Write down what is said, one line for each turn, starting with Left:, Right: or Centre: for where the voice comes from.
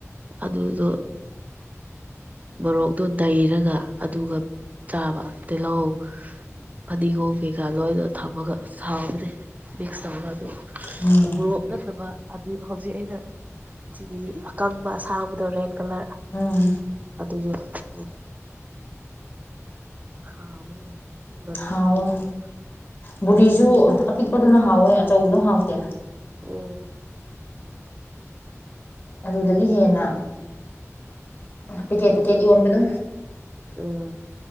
Right: ꯑꯗꯨꯗꯣ ꯃꯣꯔꯣꯛꯇꯣ ꯅꯩꯔꯒ ꯑꯗꯨꯒ ꯆꯥꯕ ꯇꯤꯜꯍꯧ ꯐꯗꯤꯒꯣꯝ ꯀꯩꯀꯥ ꯂꯣꯏꯅ ꯊꯝꯃꯒ ꯑꯁ ꯍꯥꯎꯕꯅꯤ ꯃꯤꯛꯁ ꯇꯧꯔꯒ ꯑꯗꯨ
Left: ꯎꯝ
Right: ꯎꯃꯣꯔꯣꯛ ꯅꯠꯇꯕ ꯍꯧꯖꯤꯛ ꯑꯩꯅ ꯆꯤꯂꯤ ꯑꯀꯪꯕ ꯑꯁꯥꯡꯕꯗ ꯔꯦꯗ ꯀꯂꯔ
Left: ꯎꯝ
Right: ꯑꯗꯨꯁꯨ ꯍꯥꯞꯄꯒ ꯍꯥꯎꯕꯅꯦ ꯃꯣꯔꯣꯛ
Left: ꯍꯥꯎꯋꯦ
Right: ꯃꯦꯠꯂꯒ
Left: ꯕꯨꯔꯤꯁꯨ ꯑꯄꯤꯛꯄꯗꯨꯅ ꯍꯥꯎꯋꯦ ꯑꯆꯧꯕꯗꯣ ꯍꯥꯎꯇꯦ
Right: ꯎꯝ
Left: ꯑꯗꯨꯗꯒꯤ ꯍꯦꯟꯅ ꯄꯤꯛꯀꯦꯠ ꯄꯤꯛꯀꯦꯠ ꯌꯣꯟꯕꯗꯣ
Right: ꯎꯝ